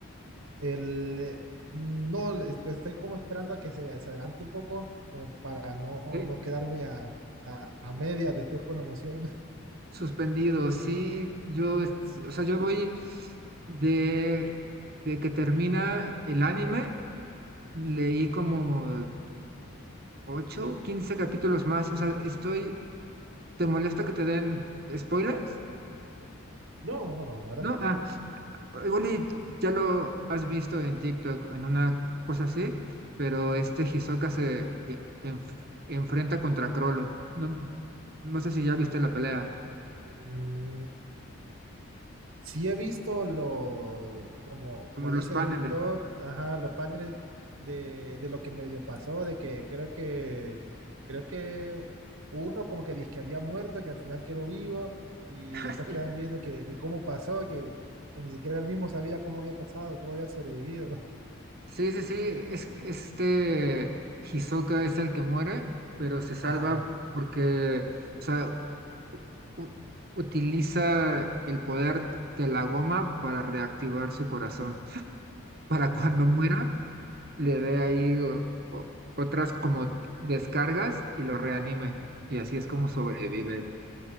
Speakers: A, on the right (about 75°); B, on the right (about 45°).
A: El, no, es- estoy como esperando a que se, se adelante un poco, como para no,
B: Eh,
A: no quedarme a, a, a medias después con la emoción. <laughs>
B: suspendido. Sí, yo. es-
A: Sí.
B: O sea, yo voy de, de que termina el anime. Leí como 8 15 capítulos más. O sea, estoy. ¿Te molesta que te den spoilers?
A: No, no, no, la verdad
B: ¿No? Ah, ah, igual y ya lo has visto en TikTok, o en una cosa así, pero este Hisoka se e- enf- enfrenta contra Crollo. No, no sé si ya viste la pelea,
A: no. Sí he visto lo, como, como
B: como los
A: dices
B: paneles.
A: en TikTok,
B: <laughs>
A: ajá, los paneles de, de lo que medio pasó, de que creo que, creo que uno como que dice que había muerto, que al final quedó vivo, y
B: Ah,
A: después
B: Sí,
A: quedan viendo que, que cómo pasó, que, que ni siquiera él mismo sabía cómo había pasado, cómo había sobrevivido. <laughs>
B: sí, sí, sí, es, este Hisoka es el que muere, pero se salva
A: Ajá.
B: porque, o sea, u- utiliza el poder de la goma para reactivar su corazón. Para cuando
A: Oh,
B: muera, le dé ahí o- o- otras como descargas y lo reanime. Y así es como
A: ah.
B: sobrevive.